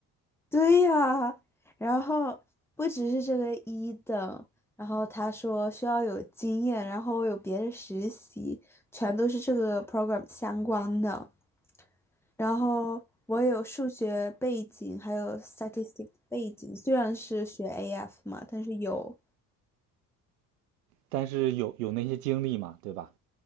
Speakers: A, in the centre; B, on the right (about 70°).
A: 对呀，然后不只是这个一等，然后他说需要有经验，然后有别的实习，全都是这个 program 相关的。然后我有数学背景，还有 statistics 背景，虽然是学 AF 嘛，但是有
B: 但是有有那些经历嘛，对吧？